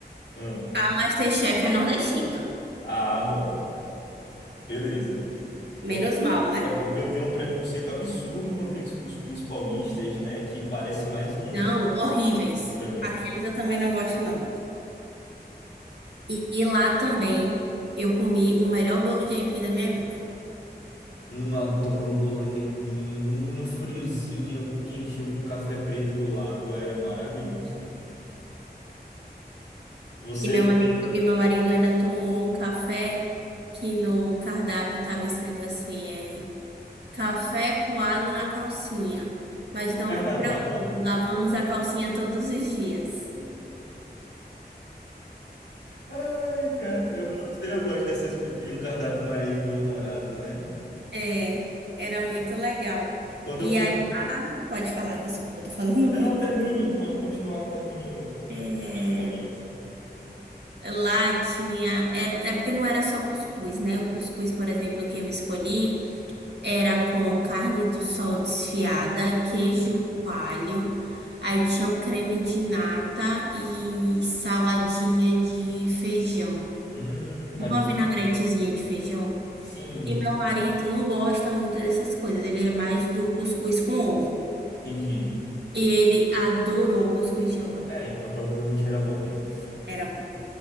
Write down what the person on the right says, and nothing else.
A MasterChef é nordestina.
Menos
mal, né?
Não, horríveis.
Aqueles eu também não gosto, não. E, e lá também eu comi o melhor bolo de aipim da minha vida.
E meu marido, e meu marido ainda tomou um café que no cardápio estava escrito assim, é café coado na calcinha. Mas não
se preocupe, lavamos a calcinha todos os dias.
É, era muito legal.
E
aí lá, pode falar, desculpa, eu tô falando
<laughs> muito.
É,
Lá tinha. Era, é porque não era só cuscuz, né? O cuscuz, por exemplo, que eu escolhi era com carne do sol desfiada, queijo coalho, aí tinha um creme de nata e saladinha de feijão.
Tipo uma vinagretezinha de feijão.
E meu marido não gosta muito dessas coisas, ele é mais do cuscuz com ovo.
E ele adorou o cuscuz de lá.
Era,